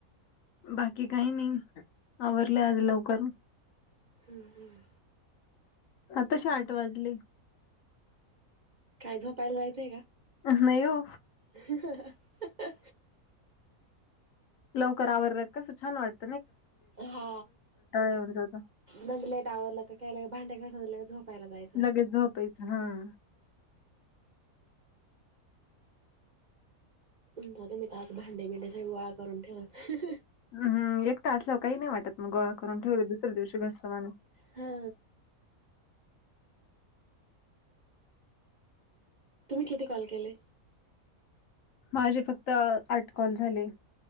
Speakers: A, on the left; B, on the right.
A: बाकी काही नाही आवरले आज लवकर
B: हम् हमं
A: आताशठ वाजले
B: काय झोपायला जायचंय का
A: अ नाहीऊ
B: ह अ
A: लवकर आवरतात कस छान वाटत
B: हा
A: येऊन जातो.
B: मग लेट आवरलं का कायला भांड्या घ झो ला जायच
A: लगेच झोपायचं हां.
B: ते मी तज भांडे बिंडे सही गोळा करून ठेव
A: हम एकटा असल्या काही नाही वाटत मग गोळा करून ठेवले दुसऱ्या दिवशी घसला माणूस
B: हा तुम्ही किती कॉल केले
A: माझे फक्त आटकॉल झाले